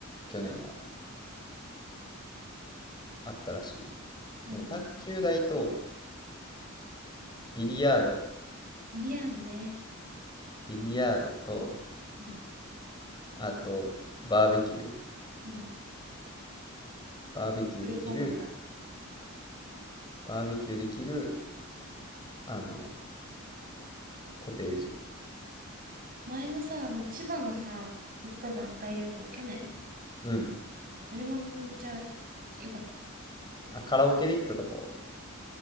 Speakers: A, on the left; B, on the right.
A: 去年はあったらしい。
B: うん。
A: でも、卓球台と、ビリヤード、
B: ビリヤードね。
A: ビリヤードと、
B: うん、
A: あと、バーベキュー。
B: うん。
A: バーベキューできる、
B: フルコンボだ。
A: バーベキューできる、あの、コテージ。
B: 前のさ、あの、千葉のさ、行ったじゃん、大旅行、去年。
A: うん。
B: あれもめっちゃ良かったよね。
A: あ、カラオケできたとこ。